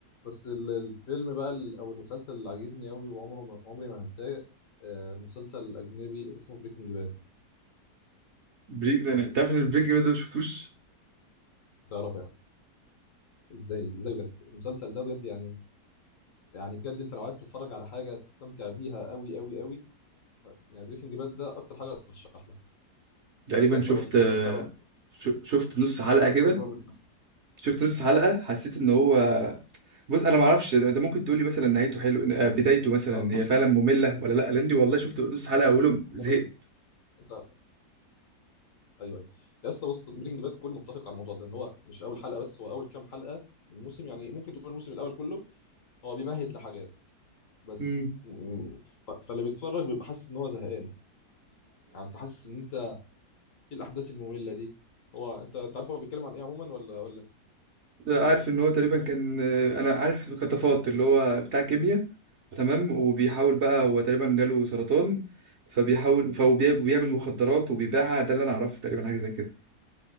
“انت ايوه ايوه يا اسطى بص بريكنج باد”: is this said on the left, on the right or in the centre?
Left